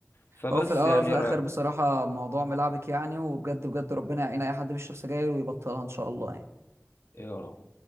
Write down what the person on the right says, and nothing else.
هو في الاول
وفي الاخر
بصراحة موضوع ملعبك يعني وبجد بجد ربنا يعين اي حد بيشرب سجاير ويبطلها ان شاء الله يعني